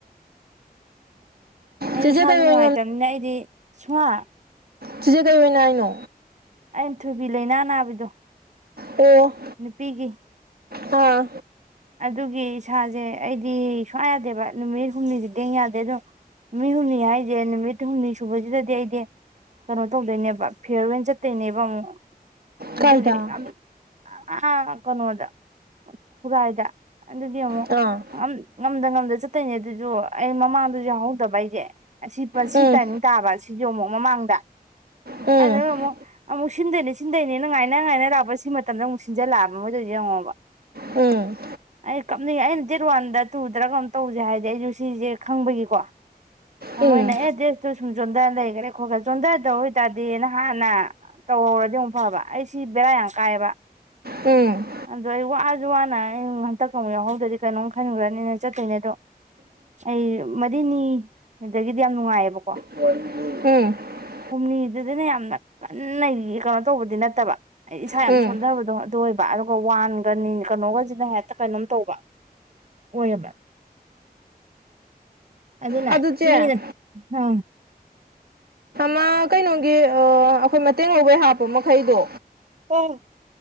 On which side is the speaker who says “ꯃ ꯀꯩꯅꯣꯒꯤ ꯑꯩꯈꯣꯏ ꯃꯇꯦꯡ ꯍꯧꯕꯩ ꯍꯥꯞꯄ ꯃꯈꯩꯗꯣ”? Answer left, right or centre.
Right